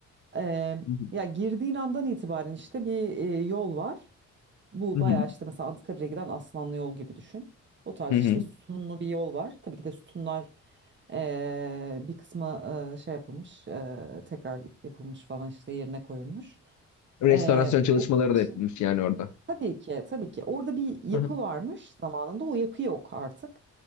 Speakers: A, on the right; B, on the left.
A: Eee,
B: Hı hı.
A: ya girdiğin andan itibaren işte bir e, yol var. Bu
B: Hı
A: bayağı
B: hı.
A: işte mesela Anıtkabir'e giden Aslanlı yol gibi düşün. O tarz
B: Hı hı.
A: işte sütunlu bir yol var. Tabii ki de sütunlar eee, bir kısmı eee, şey yapılmış, eee, tekrar yapılmış falan işte yerine koyulmuş.
B: Restorasyon
A: Eee,
B: çalışmaları
A: Onun için
B: da yapılmış yani orada.
A: Tabii ki, tabii ki. Orada bir yapı
B: Hı hı.
A: varmış zamanında. O yapı yok artık.